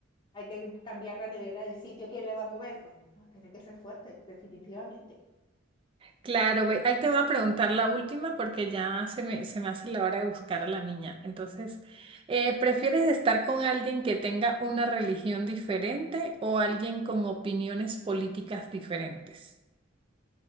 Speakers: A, on the left; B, on the right.
A: hay que cambiar la nevera de sitio, ¿quién la va a mover? Pues no, tiene que ser fuerte, definitivamente.
B: Claro, ve, ahí te voy a preguntar la última porque ya se me, se me hace la hora de buscar a la niña. Entonces, eh, ¿prefieres estar con alguien que tenga una religión diferente o alguien con opiniones políticas diferentes?